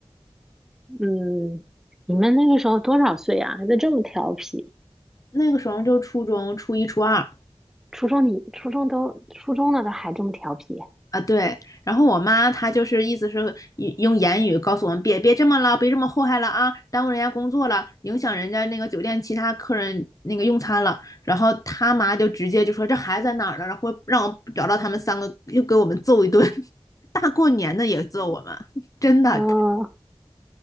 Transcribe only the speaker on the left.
那个时候就初中初一初二
啊，对。然后我妈她就是意思是用言语告诉我们别别这么了，别这么祸害了啊，耽误人家工作了，影响人家那个酒店其他客人那个用餐了。然后他妈就直接就说这孩子在哪儿呢？然后让我找到他们三个，又给我们揍一顿。<laughs> 大过年的也揍我们，真的